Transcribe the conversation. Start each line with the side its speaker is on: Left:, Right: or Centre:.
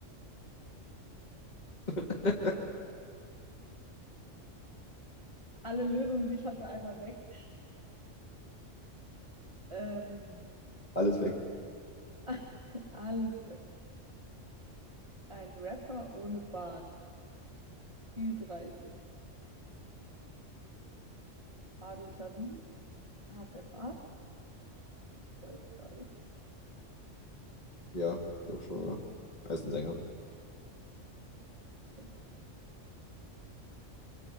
Left: <laughs>
Right: alle Lösungen, die ich hatte, einmal weg. Ähm,
Left: Alles weg.
Right: <laughs> alles weg. Ein Rapper ohne Bart. Ü30. Adel Tawil hat der Bart? Ich weiß gar nicht.
Left: Ja, glaube schon, oder? Er ist ein Sänger.
Right: Stimmt.